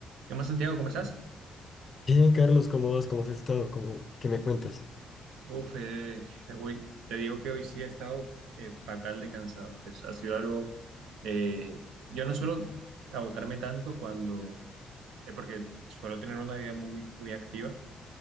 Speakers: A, on the right (about 85°); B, on the left (about 35°).
A: ¿Qué más, Santiago? ¿Cómo estás?
B: Bien, Carlos, ¿cómo vas? ¿Cómo has estado? ¿Cómo, qué me cuentas?
A: Uf, eh, hoy, te digo que hoy sí he estado eh, fatal de cansado. Es- ha sido algo... eh, yo no suelo agotarme tanto cuando... eh, porque suelo tener una vida muy, muy activa,